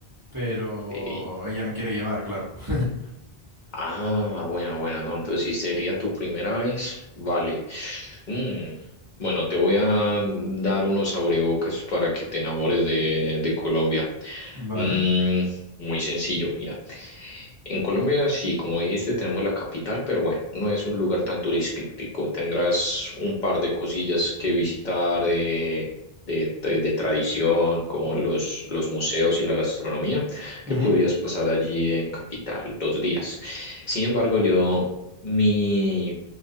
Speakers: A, on the right (about 25°); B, on the left (about 50°).
A: pero
B: Ok.
A: ella me quiere llevar, claro. <laughs>
B: Ah, bueno, bueno, no, entonces si sería tu primera vez, vale. Mm, Bueno, te voy a dar unos abrebocas para que te enamores de, de Colombia.
A: Vale.
B: Mm, muy sencillo, mira. En Colombia, sí, como dijiste, tenemos la capital, pero bueno, no es un lugar tan turístico. Tendrás un par de cosillas que visitar de, de, de tradición, como los, los museos y la gastronomía
A: Ujú.
B: que podrías pasar allí en Capital dos días. Sin embargo, yo mi